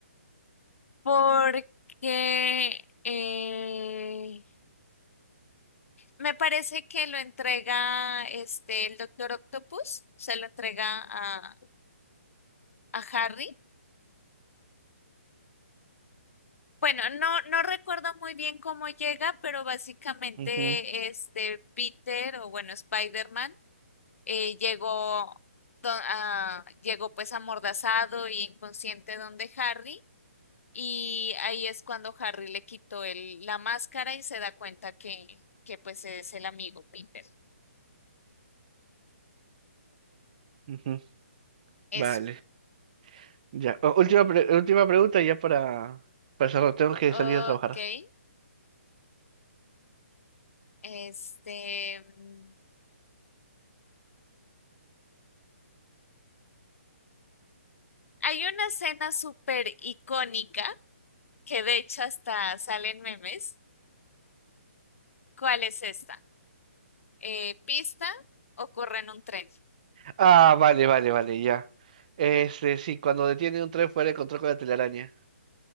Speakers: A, on the left; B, on the right.
A: Porque eh, me parece que lo entrega este, el Doctor Octopus, se lo entrega a, a Harry. Bueno, no, no recuerdo muy bien cómo llega, pero básicamente
B: Ujú,
A: este Peter o bueno, Spider-Man eh, llegó, do- a- llegó pues amordazado y inconsciente donde Harry y ahí es cuando Harry le quitó el, la máscara y se da cuenta que, que pues es el amigo Peter.
B: ujú.
A: Eso.
B: Vale. Ya. O- última, pre- última pregunta ya para, para cerrar. Tengo que
A: Ok.
B: salir a trabajar.
A: Este, mm, hay una escena súper icónica que de hecho hasta salen memes. ¿Cuál es esta? eh, pista o corre en un tren.
B: Ah, vale, vale, vale, ya. Este, sí, cuando detiene un tren fuera de control con la telaraña.